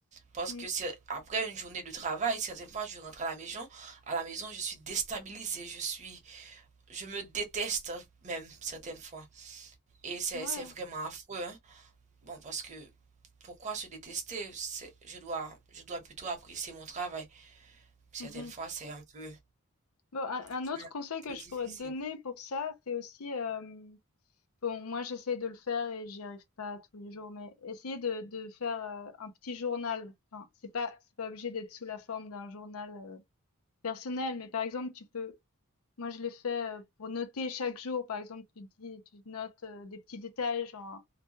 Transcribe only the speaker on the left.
Mm.
Ouais.
Mhm.
Bon, un, un
autre
conseil que
je
pourrais te donner pour ça, c'est aussi euh, Bon, moi j'essaie de le faire et j'y arrive pas tous les jours, mais essayer de, de faire euh, un petit journal. Enfin, c'est pas c'est pas obligé d'être sous la forme d'un journal euh, personnel, mais par exemple tu peux. Moi je l'ai fait euh, pour noter chaque jour. Par exemple, tu dis tu notes euh, des petits détails, genre